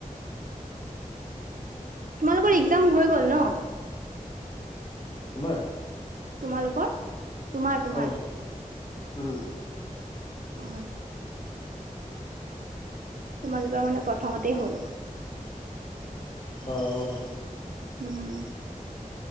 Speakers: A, on the right; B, on the left.
A: তোমালোকৰ এক্জাম হৈ গ'ল ন
B: আমাৰ
A: তোমালোকৰ তোমাৰ তোমাৰ
B: অ উম
A: অ তোমালোকৰ মানে প্ৰথমতেই হ'ল
B: আমাৰ হ'ল
A: উম